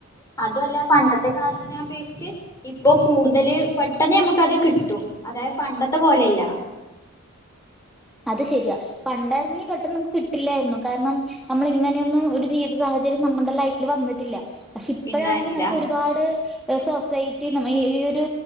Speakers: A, on the left (about 15°); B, in the centre.
A: അതുവല്ല പണ്ടത്തെ കാലത്തിനെ അപേക്ഷിച്ച് ഇപ്പൊ കൂടുതൽ പെട്ടെന്ന് നമുക്കത് കിട്ടും അതായത് പണ്ടത്തെ പോലെയല്ല
B: അത് ശരിയാ പണ്ടായിരുന്നെങ്കി പെട്ടെന്ന് നമ്മുക്ക് കിട്ടില്ലായിരുന്നു കാരണം നമ്മള് ഇങ്ങനെയൊന്നും ഒരു ജീവിത സാഹചര്യം നമ്മൾ നമ്മൾടെ ലൈഫി വന്നിട്ടില്ല പക്ഷെ ഇപ്പഴാണെങ്കി
A: ഇണ്ടായിരുന്നില്ല
B: നമ്മുക്ക് ഒരുപാട് സൊസൈറ്റി റ്റി ഈ ഒരു